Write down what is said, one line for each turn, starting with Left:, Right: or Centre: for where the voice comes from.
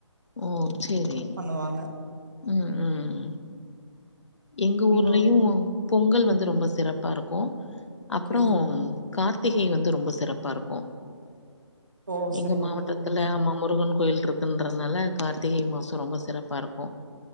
Left: ஓ சேரி
Right: ண்ணுவாங்க
Left: ம் ம் எங்க
Right: உங்க
Left: ஊர்லையு
Right: ஊர்
Left: பொங்கல் வந்து ரொம்ப சிறப்பா இருக்கூ
Right: ஓகே
Left: அப்புறோ கார்த்திகை வந்து ரொம்ப சிறப்பா இருக்கூ
Right: ஓ
Left: எங்க
Right: சரி
Left: மாவட்டத்துல
Right: ஓகே ஓகேங்க
Left: அம்மா முருகன் கோயில் இருக்குன்றதுனால கார்த்திகை மாசொ ரொம்ப சிறப்பா இருக்கூ